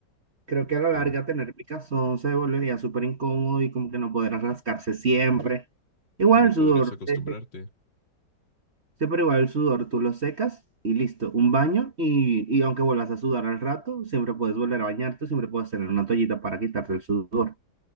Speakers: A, on the right (about 40°); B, on the left (about 70°).
A: Creo que a la
B: Uy.
A: larga tener picazón se volvería súper incómodo y como que no podrás rascarse siempre. Igual
B: Y no
A: el
B: podrías
A: sudor,
B: acostumbrarte.
A: eh, siempre igual el sudor, tú lo secas y listo, un baño y, y aunque vuelvas a sudar al rato, siempre puedes volver a bañarte, siempre puedes tener una toallita para quitarte el sudor.